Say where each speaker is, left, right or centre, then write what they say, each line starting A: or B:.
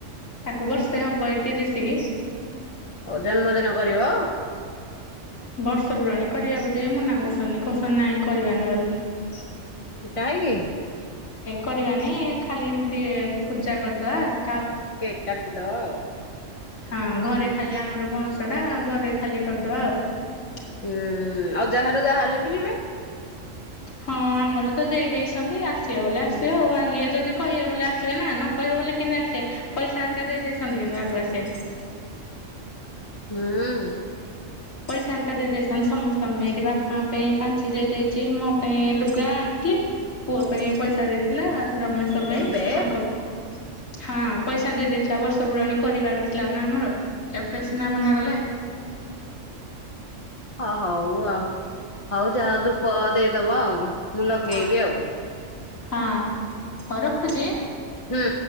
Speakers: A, on the left; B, on the left.
A: ତାଙ୍କୁ ବର୍ଷେ ହବ ଏଇତି ତିରିଶକି।
B: ହଉ ଜନ୍ମଦିନ କରିବ?
A: ବର୍ଷ ପୂୁରଣୀ କରିବାକୁ ଯାଇ ମନା କରୁସଛନ୍ତି। କୁସଛନ୍ତି ନାଇଁ କରିବାନି ବୋଲି ।
B: କାହିଁକି?
A: କରିବାନି ଖାଲି ଏମତି ପୂଜା କରିଦବା ।
B: କେକ୍ କାଟିଦବା ଆଉ ।
A: ହଁ ଘରେ ଖାଲି ଆମର ବଁଶ ଟା ଆଉ ଘରେ ଖାଲି କରିଦବା ଆଉ ।
B: ହୁଁ ଆଉ ଯାହାର ଯାହା ହେଲେ ବି ଯିବେ ।
A: ହଁ । ଆମର ତ ଦେଇେଇଛନ୍ତି ଆସିବେ ବଲେ ଆସିବ ଆଉ ଇଏ ଯଦି କହିବେ ବୋଲେ ଆସିବେ ନା ନ କହିବେ ବଲେ କେମିତି ଆସିବେ । ପଇସା କା ଦେଇ ଦେଇେଇଛନ୍ତି କିନ୍ତୁ ଆଗକୁଆ ଆସେ । <inaudible>
B: ହୁଁ ।
A: ପଇସା ଘରିକା ଦେଇ ଦେଇସନ ସମସ୍ତେ ଏଠି ବାପା ପାଇଁ ପାଞ୍ଚ ଦେଇଦେଇଛି ମୋ ପାଇଁ ଲୁଗା । ଥିଲ ପୁଅ ପାଇଁ ପଇସା ଦେଇଥିଲା ରମେଶ ପାଇଁ
B: ଏବେ
A: ତାଙ୍କ ପାଇଁ ହଁ। ପଇସା ଦେଇ ଦେଇେଇଥିଲା ବର୍ଷ ପୁରାଣୀ କରିବାର ଥିଲା ନା ଆମର ଏବେ ସିନା ମନା କଲେ।
B: ହ ହଉ ଆଉ ହଉ ଯା ଧୂପ ଦେଇଦବ ଆଉ। ମୁଁ ଲଗେଇବି
A: ହଁ।
B: ଆଉ।
A: ହଁ ହଉ ରଖୁଛି।
B: ହଁ।